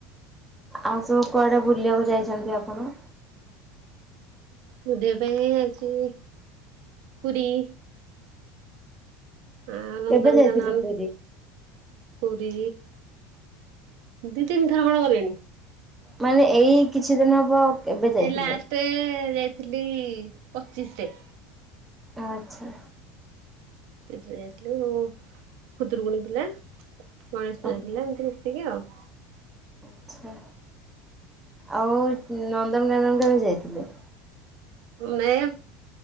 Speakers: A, in the centre; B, on the right (about 55°).
A: ଆଉ ସବୁ କୁଆଡେ ବୁଲିବାକୁ ଯାଇଛନ୍ତି ଆପଣ।
B: ବୁଲିବା ପାଇଁ ଆଜି ପୁରି ଆ ନନ୍ଦନକାନନ
A: କେବେ ଯାଇଥିଲେ ପୁରୀ?
B: ପୁରୀ ଦି ତିନି ଥର ଖଣ୍ଡେ ଗଲେଣି।
A: ମାନେ ଏଇ କିଛି ଦିନ ହବ। କେବେ ଯାଇଥିଲେ?
B: ଏ ଲାଷ୍ଟ ଯାଇଥିଲି ପଚିଶରେ।
A: ଆଚ୍ଛା।
B: ଏବେ ଯାଇଥିଲୁ ଖୁଦୁରୁକୁୁଣୀ ପିଲା ଗଣେଶ ପୂଜା
A: ଆଚ୍ଛା
B: ପିଲା ଏମିତି ଏତିକି ଆଉ।
A: ଆଛା ଆଉ ନନ୍ଦନକାନନ କେବେ ଯାଇଥିଲେ
B: ନାହଁ